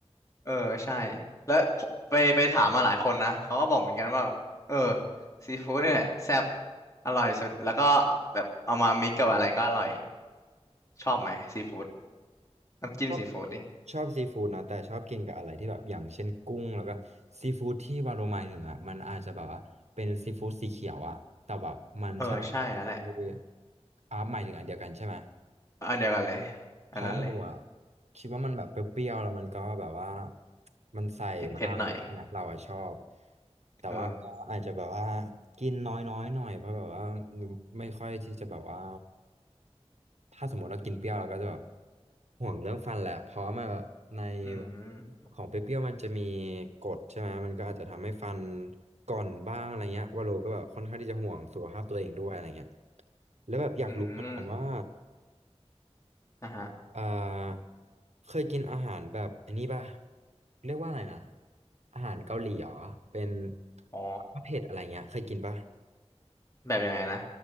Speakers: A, on the left (about 30°); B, on the right (about 80°).
A: เออใช่แล้วผมไปไปถามมาหลายคนนะเขาก็บอกเหมือนกันว่าเออซีฟู้ดเนี่ยแหละแซ่บอร่อยสุดแล้วก็แบบเอามามิกกับอะไรก็อร่อยชอบไหมซีฟู้ดน้ำจิ้มซีฟู้ดดิ
B: ชอบชอบซีฟู้ดนะแต่ชอบกินกับอะไรที่แบบอย่างเช่นกุ้งแล้วก็ซีฟู้ดที่วาโรหมายถึงอ่ะมันอาจจะแบบว่าเป็นซีฟู้ดสีเขียวอ่ะแต่แบบมันใช่อันเดียวกับที่
A: เออใช่แล้วแหละ
B: อ่าหมายถึงอันเดียวกันใช่ไหม
A: อันเดียวกันเลย
B: เพราะว่าเราอะ
A: อันนั้นเลย
B: คิดว่ามันแบบเปรี้ยวๆแล้วมันก็แบบว่ามันใส่มากเลยใช่ไหมเราอะชอบ
A: เผ็ดเผ็ดหน่อย
B: แต่ว่าก็อาจจะแบบว่า
A: เออ
B: กินน้อยๆหน่อยเพราะแบบว่าไม่ค่อยที่จะแบบว่าถ้าสมมติเรากินเปรี้ยวเราก็จะแบบห่วงเรื่องฟันแหละเพราะว่ามันแบบในแบบ
A: อืม
B: ของเปรี้ยวๆมันจะมีกรดใช่ไหมมันก็อาจจะทำให้ฟันก่อนบ้างอะไรเงี้ยว่าโลก็แบบค่อนข้างที่จะห่วงสุขภาพตัวเองด้วยอะไรเงี้ยแล้วแบบอยากรู้เหมือนกันว่า
A: อืมนะฮะ
B: อ่าเคยกินอาหารแบบอันนี้ป่ะเรียกว่าอะไรนะอาหารเกาหลีเหรอเป็น
A: อ๋อ
B: ม่าเผ็ดอะไรเงี้ยเคยกินป่ะ
A: แบบยังไงนะ